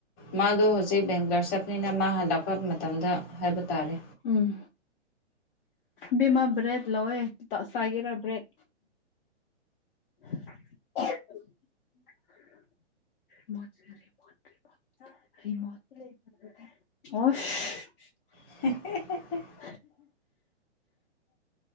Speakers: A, on the left (about 25°); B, on the left (about 50°).
A: ꯃꯥꯗ ꯍꯧꯖꯤꯛ ꯕꯦꯡꯒꯔꯁꯦ ꯅꯤꯅ ꯃꯥꯥꯟ ꯂꯥꯛꯄ ꯃꯇꯝꯗ ꯍꯥꯏꯕ ꯇꯥꯔꯦ
B: ꯎꯝ ꯕꯤꯃ ꯕ꯭ꯔꯦꯠ ꯂꯋꯦ ꯁꯒꯤꯦꯔ ꯭ꯔꯦꯠ ꯃꯖꯦ ꯑꯣꯁ
A: <inaudible>
B: <inaudible>